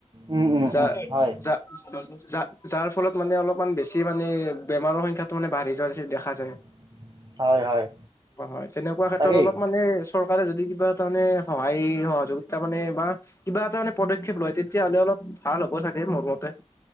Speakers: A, on the right; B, on the left.
A: উম উম
B: যা,
A: উম হয়
B: যা যা, যাৰ ফলত মানে অলপমান বেছি মানে বেমাৰৰ সংখ্যাটো মানে বাঢ়ি যোৱা দেখা যায়।
A: <inaudible> হয়
B: হয়, তেনেকুৱা ক্ষেত্ৰত
A: তাকেই
B: অলপ মানে চৰকাৰে যদি কিবা তাৰ মানে সহায় সহযোগিতা মানে বা কিবা এটা পদক্ষেপ লয়, তেতিয়াহ'লে অলপ ভাল হ'ব চাগে মোৰ মতে।